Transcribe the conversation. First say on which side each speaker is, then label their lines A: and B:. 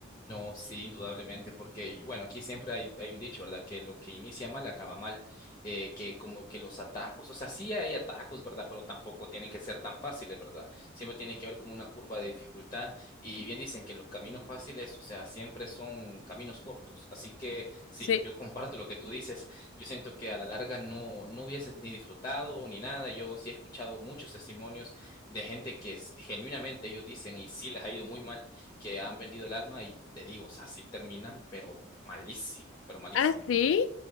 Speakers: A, on the left (about 20°); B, on the left (about 75°).
A: No, sí, indudablemente, porque bueno, aquí siempre hay, hay un dicho, ¿verdad? Que lo que inicia mal acaba mal, eh, que como que los atajos, o sea, sí hay atajos, ¿verdad? Pero tampoco tienen que ser tan fáciles, ¿verdad? Siempre tiene que haber como una curva de dificultad y bien dicen que los caminos fáciles, o sea, siempre son caminos cortos, así que sí,
B: Sí.
A: yo comparto lo que tú dices, yo siento que a la larga no, no hubieses ni disfrutado ni nada, yo sí he escuchado muchos testimonios de gente que es- genuinamente ellos dicen y sí les ha ido muy mal que han vendido el alma y te digo, o sea, sí terminan, pero malísimo, pero malísimo.
B: Ah, sí,